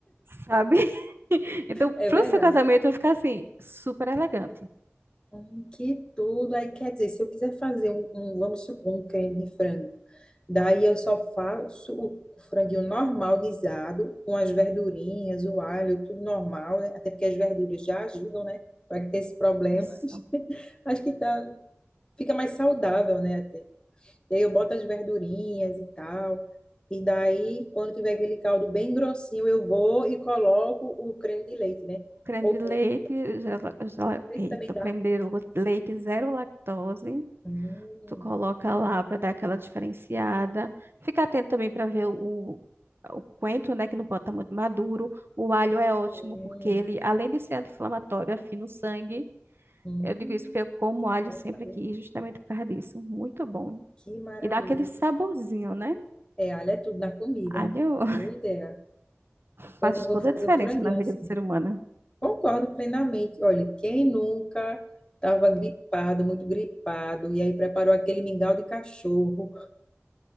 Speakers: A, on the right (about 55°); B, on the left (about 20°).
A: sabe? <laughs> Então,
B: É
A: pro
B: verdade.
A: seu casamento vai ficar assim, super elegante.
B: Hum, Que tudo. Aí quer dizer, se eu quiser fazer um, um, vamos supor, um creme de frango, daí eu só faço o franguinho normal guisado, com as verdurinhas, o alho, tudo normal, né? Até porque as verduras já ajudam, né? Para que ter esses problemas.
A: Isso.
B: <laughs> Acho que tá, fica mais saudável, né? Até. E aí eu boto as verdurinhas e tal. E daí, quando tiver aquele caldo bem grossinho, eu vou e coloco o creme de leite, né?
A: Creme
B: Ou
A: de leite,
B: leite,
A: gela, gela-
B: leite
A: eita,
B: também dá.
A: o creme de lu- leite zero lactose.
B: Hum,
A: Tu coloca lá para dar aquela diferenciada. Fica atento também para ver o, o coentro, né, que não pode estar muito maduro. O alho é ótimo
B: hum.
A: porque ele, além de ser anti-inflamatório, afina o sangue.
B: Hum,
A: Eu digo isso porque eu como
B: que
A: alho
B: bom
A: sempre
B: saber.
A: aqui, justamente por causa disso. Muito bom.
B: Que maravilha.
A: E dá aquele saborzinho, né?
B: É, alho é tudo na comida.
A: Alho
B: Boa ideia.
A: <laughs>
B: Pois
A: faz
B: eu vou
A: toda
B: fazer
A: a diferença
B: um franguinho
A: na vida
B: assim.
A: do ser humano.
B: Concordo plenamente. Olha, quem nunca estava gripado, muito gripado, e aí preparou aquele mingau de cachorro,